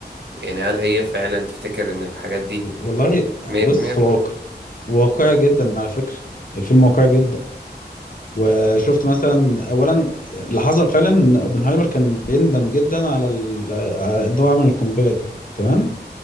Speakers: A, on the right; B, on the left.
A: يعني هل هي فعلا تفتكر ان الحاجات دي
B: والله
A: 100%
B: بص هو
A: صح
B: واقع واقعي جدا على فكره الفيلم واقعي جدا وشفت مثلا اولا اللي حصل فعلا ان اوبنهايمر كان بيندم جدا على ال- على ان هو عمل القنبله دي تمام